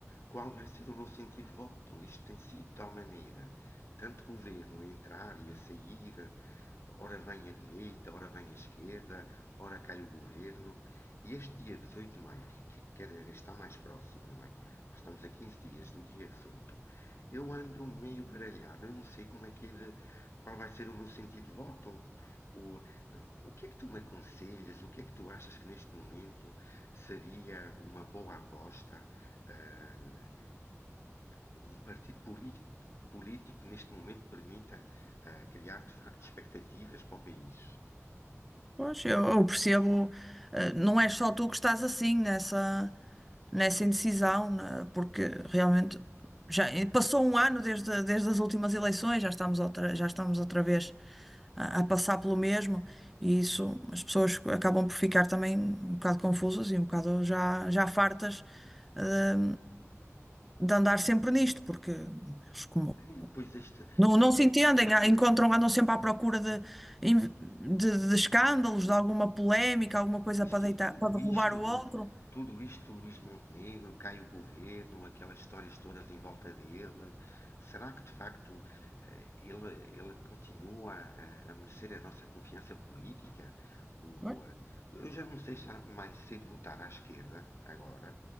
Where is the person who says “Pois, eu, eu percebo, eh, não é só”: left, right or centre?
Centre